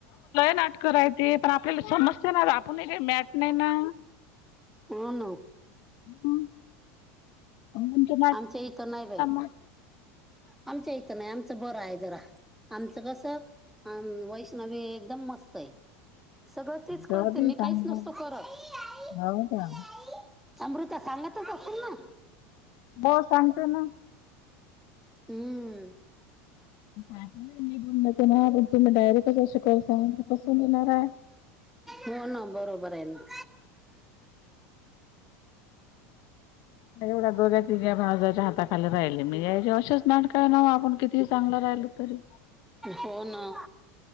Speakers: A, on the left; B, in the centre.
A: नाटकं राहती, पण आपल्याला समजते ना आपण काय मॅट नाही ना.
B: हो ना.
A: <unintelligible> म्हणजे
B: आमच्या इथं नाही बाई
A: <unintelligible>
B: आमच्या इथं नाही आमचं बरं आहे जरा आमचं कसं अम्म वैष्णवी एकदम मस्त आहे. सगळं तीच करते
A: जाऊदे
B: मी
A: सांगता
B: काहीच नसतो करत
A: हो का
B: <unintelligible> अमृता सांगतच असल ना.
A: हो सांगते ना.
B: हम्म.
A: <unintelligible> ते ना पण तुम्ही डायरेक्टच असे <unintelligible> कसं नेणार आहे.
B: हो ना बरोबर आहे ना.
A: एवढ्या दोघ्या तिघ्या भावजाच्या हाताखाली राहिले या असच नाटकं, किती चांगलं राहिल तरी.
B: हो ना